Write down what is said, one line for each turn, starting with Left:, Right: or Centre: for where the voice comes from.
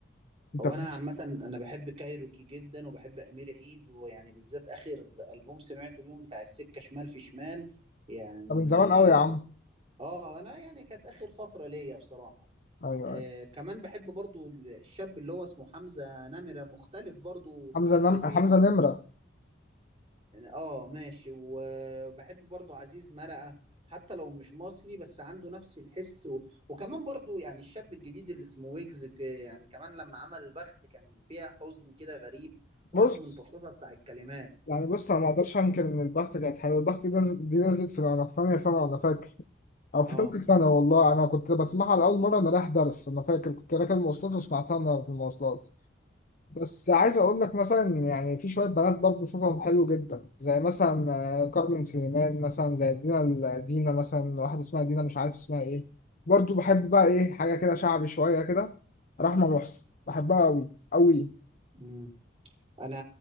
Left: أنت
Right: هو
Left: فاهم
Right: انا عامة انا بحب كايروكي جدا وبحب امير عيد ويعني بالذات اخر ألبوم سمعته اليوم بتاع السكة شمال في شمال يعني
Left: ده من زمان أوي يا عم
Right: اه انا يعني كانت اخر فتره ليا بصراحه
Left: أيوه
Right: آه كمان بحب برضو الشاب اللي هو اسمه حمزه نمره مختلف برضو
Left: حمزة نم...
Right: وبي...
Left: حمزة نمرة
Right: اه ماشي وبحب برضو عزيز مرقه حتى لو مش مصري بس عنده نفس الحس و... وكمان برضو يعني الشاب الجديد اللي اسمه ويجز ك- يعني كمان لما عمل البخت كان فيها حزن كده غريب
Left: بص
Right: رغم البساطه بتاع الكلمات
Left: يعني بص أنا ما أقدرش أنكر إن البخت كانت حلوة البخت دي نزلت دي نزلت في وأنا في تانية سنة وأنا فاكر أو في
Right: اه
Left: تالتة سنة والله أنا كنت بسمعها لأول مرة أنا رايح درس أنا فاكر كنت راكب مواصلات وسمعتها أنا في المواصلات بس عايز أقول لك مثلا يعني في شوية بنات برضه صوتهم حلو جدا زي مثلا آه، كارمن سليمان مثلا زي دينا ال- دينا مثلا واحدة اسمها دينا مش عارف اسمها إيه برضه بحب بقى إيه حاجة كده شعبي شوية كده رحمة محسن بحبها أوي أوي
Right: امم انا